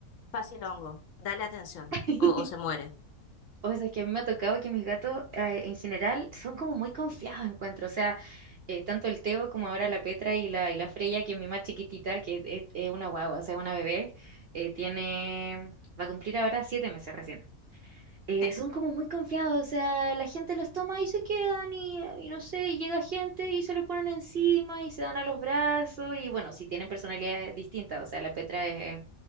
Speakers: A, on the left; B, on the right.
A: fascinongo, dale atención,
B: <laughs>
A: o, o se muere.
B: O sea, es que a mí me ha tocado que mis gatos eh, en general son como muy confiados, encuentro. O sea, eh, tanto el Teo como ahora la Petra y la, y la Freya, que es mi más chiquitita, que es, es una guagua, o sea, una bebé, eh, tiene, va a cumplir ahora siete meses recién. Eh,
A: Sí,
B: son como muy confiados, o sea, la gente los toma y se quedan y, y no sé, y llega gente y se los ponen encima y se dan a los brazos y bueno, si tienen personalidades distintas, o sea, la Petra es